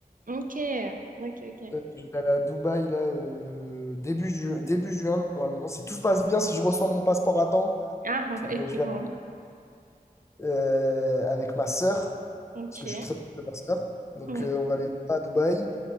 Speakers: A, on the right; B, on the left.
A: Ok, ok, ok.
B: Euh, je vais aller à Dubaï, là, euh, début ju- début juin, normalement. Si tout se passe bien, si je reçois mon passeport à temps,
A: Ah, <laughs>
B: euh,
A: ouais,
B: je vais
A: bon. hein.
B: euh, avec ma sœur,
A: Ok,
B: parce que je suis très proche de ma sœur. Donc,
A: ok,
B: euh, on va aller là à Dubaï.